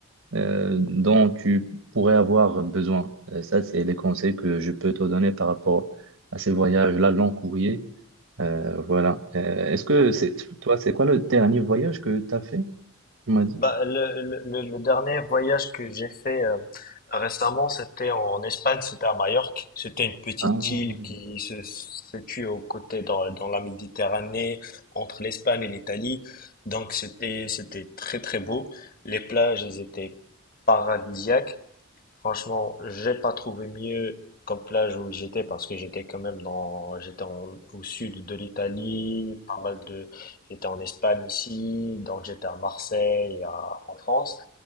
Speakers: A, on the right; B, on the left.
A: euh, dont tu pourrais avoir besoin. Euh, ça, c'est les conseils que je peux te donner par rapport à ces voyages-là, long courrier. Euh, voilà. Euh, est-ce que c'est toi, c'est quoi le dernier voyage que tu as fait? Tu m'as dit.
B: Bah, le, le, le le dernier voyage que j'ai fait euh, récemment, c'était en Espagne, c'était à Majorque. C'était une petite
A: Ah.
B: île qui se situe aux côtés dans, dans la Méditerranée, entre l'Espagne et l'Italie. Donc c'était c'était très très beau. Les plages, elles étaient paradisiaques. Franchement, j'ai pas trouvé mieux comme plage où j'étais parce que j'étais quand même dans, j'étais en- au sud de l'Italie, pas mal de, j'étais en Espagne ici, donc j'étais à Marseille, à- en France.